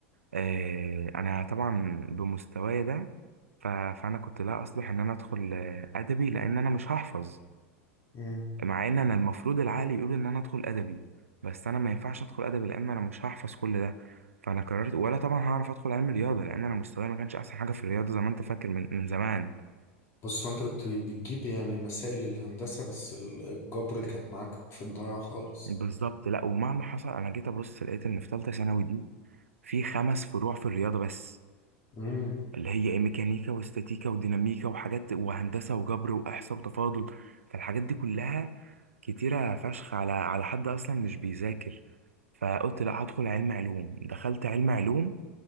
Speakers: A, on the right (about 85°); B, on the left (about 40°).
A: آه، انا طبعا بمستواي ده ف... فانا كنت لا اصلح ان انا ادخل آه، ادبي لان انا مش هحفظ
B: مم.
A: مع ان انا المفروض العقل يقول ان انا ادخل ادبي بس انا ما ينفعش ادخل ادبي لان انا مش هحفظ كل ده فانا قررت ولا طبعا هعرف ادخل علم رياضه لان انا مستواي ما كانش احسن حاجه في الرياضه زي ما انت فاكر من, من زمان
B: بص هو انت كنت بتجيب يعني مسائل الهندسه بس الجبر كانت معاك في الضياع خالص
A: بالظبط لا ومهما حصل انا جيت ابص لقيت ان في ثالثه ثانوي دي في خمس فروع في الرياضه بس
B: امم
A: اللي هي ايه ميكانيكا واستاتيكا وديناميكا وحاجات وهندسه وجبر واحصاء وتفاضل فالحاجات دي كلها كتيره فشخ على على حد اصلا مش بيذاكر فقلت لا هدخل علم علوم دخلت علم علوم